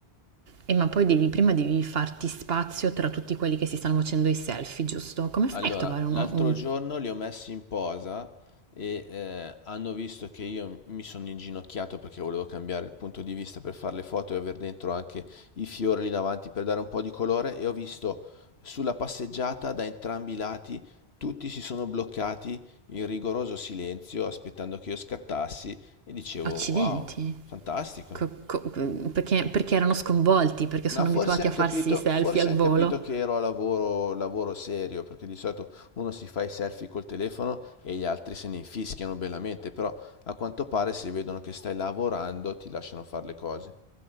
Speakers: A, on the right (about 65°); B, on the left (about 70°).
A: E ma poi devi, prima devi farti spazio tra tutti quelli che si stanno facendo i selfie, giusto? Come
B: Allora,
A: fai a trovare uno,
B: l'altro
A: un...
B: giorno li ho messi in posa e eh, hanno visto che io mi sono inginocchiato perché volevo cambiare il punto di vista per fare le foto e aver dentro anche i fiori lì davanti per dare un po' di colore e ho visto sulla passeggiata da entrambi i lati tutti si sono bloccati in rigoroso silenzio aspettando che io scattassi e dicevo
A: Accidenti.
B: wow, fantastico.
A: co- co- perché, perché erano sconvolti, perché
B: No,
A: sono
B: forse
A: abituati
B: hanno
A: a farsi
B: capito,
A: i selfie
B: forse
A: al
B: han
A: volo.
B: capito che ero a lavoro, lavoro serio, perché di solito uno si fa i selfie col telefono e gli altri se ne infischiano bellamente, però a quanto pare se vedono che stai lavorando ti lasciano fare le cose.